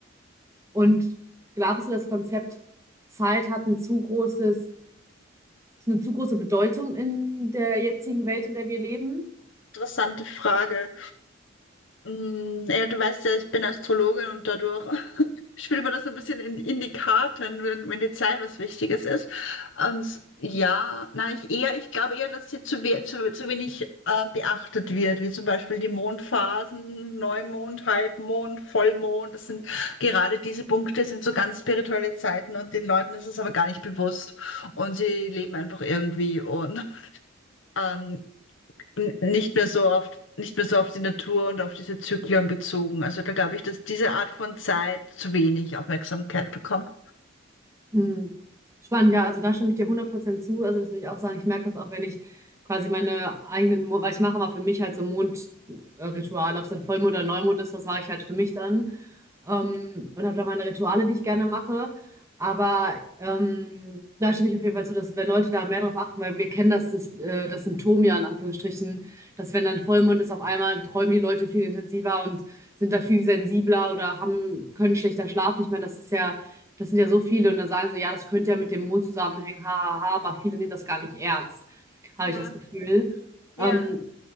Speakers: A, on the right; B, on the left.
A: Und glaubst du, das Konzept Zeit hat ein zu großes, eine zu große Bedeutung in der jetzigen Welt, in der wir leben?
B: Interessante Frage. Mm, Ja, du weißt ja, ich bin Astrologin und dadurch <laughs> spielt man das so ein bisschen in, in die Karten, wenn, wenn die Zeit was Wichtiges ist. Und ja, nein, ich eher, ich glaube eher, dass sie zu, we zu, zu wenig äh, beachtet wird, wie zum Beispiel die Mondphasen, Neumond, Halbmond, Vollmond. Das sind gerade diese Punkte, sind so ganz spirituelle Zeiten und den Leuten ist es aber gar nicht bewusst und sie leben einfach irgendwie und ähm, n- nicht mehr so oft, nicht mehr so auf die Natur und auf diese Zyklen bezogen. Also da glaube ich, dass diese Art von Zeit zu wenig Aufmerksamkeit bekommt.
A: Hm. Spannend, ja, also da stimme ich dir hundert Prozent zu. Also das würde ich auch sagen. Ich merke das auch, wenn ich quasi meine eigenen, Mo- weil ich mache mal für mich halt so Mondrituale, ob es dann Vollmond oder Neumond ist, das mache ich halt für mich dann. ähm, und habe da meine Rituale, die ich gerne mache. Aber ähm, da stimme ich auf jeden Fall zu, dass wenn Leute da mehr drauf achten, weil wir kennen das, das, äh, das Symptom ja in Anführungsstrichen, dass wenn dann Vollmond ist, auf einmal träumen die Leute viel intensiver und sind da viel sensibler oder haben, können schlechter schlafen. Ich meine, das ist ja, das sind ja so viele und dann sagen so, ja, das könnte ja mit dem Mond zusammenhängen, ha, ha, ha, aber viele nehmen das gar nicht ernst, habe
B: Ja,
A: ich das Gefühl.
B: ja,
A: Ähm,